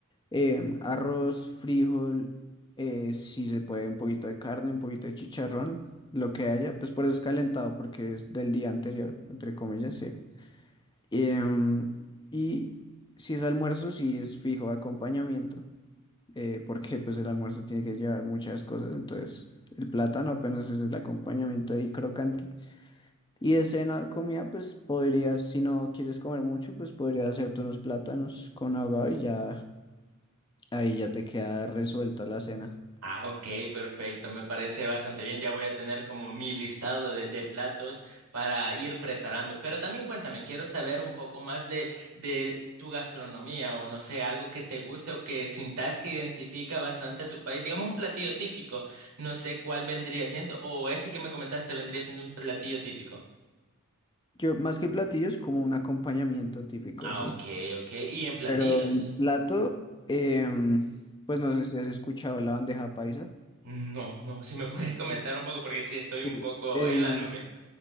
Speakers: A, on the left; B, on the right.
A: em, arroz, frijol, eh, si se puede un poquito de carne, un poquito de chicharrón, lo que haya, pues por eso es calentado, porque es del día anterior, entre comillas, sí. Em, y si es almuerzo, si es fijo acompañamiento eh, porque pues el almuerzo tiene que llevar muchas cosas, entonces el plátano apenas es el acompañamiento ahí crocante. Y de cena, comida, pues podrías, si no quieres comer mucho, pues podrías hacerte unos plátanos con ahogado y ya ahí ya te queda resuelta la cena.
B: Ah, ok, perfecto, me parece bastante bien. Ya voy a tener como mi listado de, de platos para ir preparando. Pero también cuéntame, quiero saber un poco más de, de tu gastronomía o no sé, algo que te guste o que sintas que identifica bastante a tu país. Digamos un platillo típico, no sé cuál vendría siendo o ese que me comentaste vendría siendo un platillo típico.
A: Yo, más que platillos, como un acompañamiento típico,
B: Ah,
A: sí.
B: ok, ok. ¿Y en platillos?
A: Pero un plato, em, pues no sé si has escuchado la bandeja paisa.
B: No, no, si me puedes comentar
A: Sí.
B: un poco porque sí estoy un
A: Sí,
B: poco
A: El,
B: en la nube.